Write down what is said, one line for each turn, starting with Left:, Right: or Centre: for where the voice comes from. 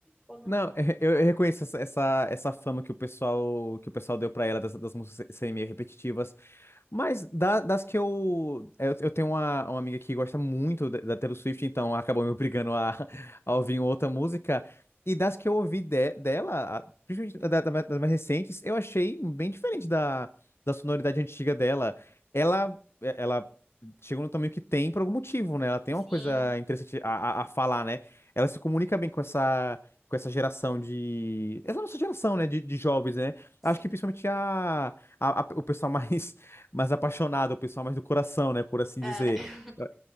Centre: ou não?
Left: Não, é- eu, eu reconheço essa, essa, essa fama que o pessoal que o pessoal deu pra ela das, das músicas serem meio repetitivas. Mas da- das que eu. Eu, eu tenho uma, uma amiga que gosta muito da, da Taylor Swift, então acabou me obrigando a, <laughs> a ouvir outra música. E das que eu ouvi de- dela, a- principalmente da- da- das mais recentes, eu achei bem diferente da, da sonoridade antiga dela. Ela, é, ela chegou no tamanho que tem por algum motivo, né? Ela tem
Centre: Sim,
Left: uma coisa interessante a, a, a falar, né? Ela se comunica bem com essa. Com essa geração de. Essa nossa geração, né? De, de jovens, né?
Centre: sim.
Left: Acho que principalmente a, a- a- o pessoal <laughs> mais mais apaixonado, o pessoal mais do coração, né? Por assim
Centre: É.
Left: dizer.
Centre: <laughs>
Left: Eu,